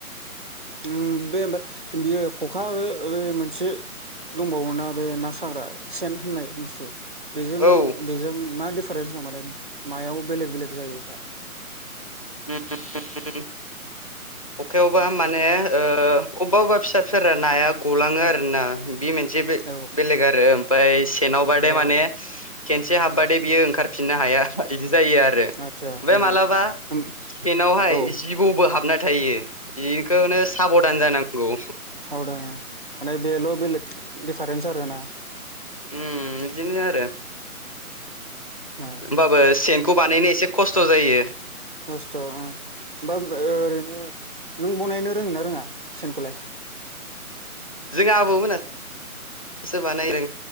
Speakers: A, on the right; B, on the left.
A: ओ बे ओमफ्राय बियो खखा बे मोनसे दंबावो बे ना साग्रा सेन होननाय बुस्थु बेजों
B: औ
A: बेजों मा दिडिफारेन्स दं माने मायाव बेलेग बेलेग जायो सार
B: <unintelligible> अखा आव बा माने ओ अबेबा अबेबा फिसाफोरा नाया गलाङो आरो ना बे मोन जबो
A: औ
B: बेलेग आरो ओमफाय सेेनावबादे
A: ओमफ्राय
B: माने खेनसे हाबबाथाय बियो ओंखारफिननो हाया बिदि जायो आरो ओमफ्राय
A: आदसा
B: मालाबा
A: ओ
B: स्टेनावहाय
A: ओ औ
B: जिबौबो हाबना थायो। खौनो साबधान जानांगौ।
A: सावद माने बेल' बेलेग दिडिफारेन्स आरोना।
B: उ बिदिनो आरो
A: ओ
B: ओमबाबो सेनखौ बानायनो एसे खस्थ' जायो।
A: खस्थ'आ ओमबाबो ओरैनो नों बनायनो रोङो ना रोङा सेनखौलाय?
B: जोंनि आबौ मोना सो बानायो।